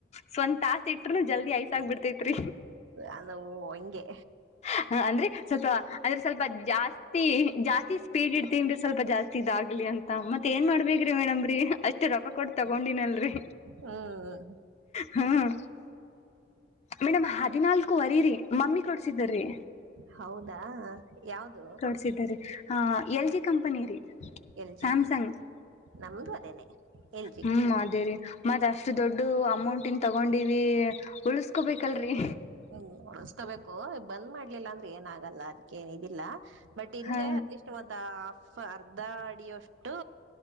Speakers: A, on the left (about 35°); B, on the right (about 75°).
A: ಸ್ವಂತ ತಾಸ ಇಟ್ರು ಜಲ್ದಿ ಐಸ್ ಆಗ್ಬಿಡ್ತೇತ್ರಿ.
B: ಅದು ವಂಗೆ
A: ಹ ಅಂದ್ರೆ ಸ್ವಲ್ಪ ಅಂದ್ರೆ ಸ್ವಲ್ಪ ಜಾಸ್ತಿ ಜತಿ ಜಾಸ್ತಿ ಸ್ಪೀಡ್ ಇಡ್ತನ್ರೀ ಸ್ವಲ್ಪ ಜಾಸ್ತಿ ಇದಾಗ್ಲಿ ಅಂತ ಮತ್ತ ಏನ್ ಮಾಡ್ಬೇಕೇ್ರಿ ಮೇಡಮ್ರೀ. ಅಷ್ಟೇ ರೊಕ್ಕ ಕೊಟ್ಟ ತಗೊಂಡಿನಲ್ರರಿ.
B: ಹೌದ....
A: ಹ್ಮ್ <inaudible> ಮೇಡಮ್ ಹದಿನಾಲ್ಕ ವರಿ ರರಿ ಮಮ್ಮಿ ಕೊಡ್ಸಿದ್ರಿ.
B: ಹೌದಾ <inaudible> ಯಾವ್ದ.
A: <unintelligible> ಎಲ್ ಜಿ ಕಂಪನಿ ರೀ
B: ಎಲ್
A: ಸ್ಯಾಮ್ಸಂಗ್
B: ಜಿ ನಮ್ದು ಅದೇನೆ ಎಲ್ ಜಿ
A: ಹ್ಮ್ ಅದೇ ರೀ ಮ ಅಷ್ಟು ದೊಡ್ಡ ಅಮೌಂಟನ್ ತಗೊಂಡಿವಿ ಉಳಸ್ಕೊಬೇಕಲ್ರರಿ
B: ಹ್ಮ್ ಉಳಸ್ಕೋಬೇಕು ಬಂದ್ ಮಾಡ್ಲಿಲ್ಲ ಅಂದ್ರೆ ಏನ ಆಗಲ್ಲ ಅದಕ್ಕ ಏನ್ ಇದ ಇಲ್ಲ ಬಟ್ ತಿಂದೆ
A: ಹಾ
B: ಅಟ್ಲಿ ಒಂದು ಹಫ್ ಅರ್ಧ ಅಡಿಯಷ್ಟು